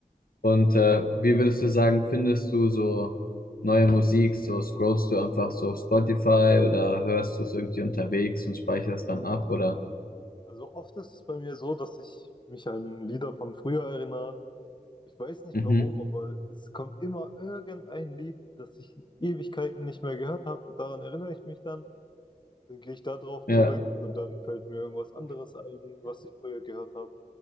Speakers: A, on the left; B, on the left.
A: Und äh, wie würdest du sagen, findest du so neue Musik? So scrollst du einfach so auf Spotify oder hörst du es irgendwie unterwegs und speicherst dann ab oder?
B: Also oft ist es bei mir so, dass ich mich an Lieder von früher erinnere Ich weiß nicht
A: Mhm.
B: warum, aber es kommt immer irgendein Lied, das ich Ewigkeiten nicht mehr gehört habe. Daran erinnere ich mich dann. Dann gehe ich da drauf
A: Ja,
B: zurück und dann fällt mir irgendwas anderes ein, was ich früher gehört habe.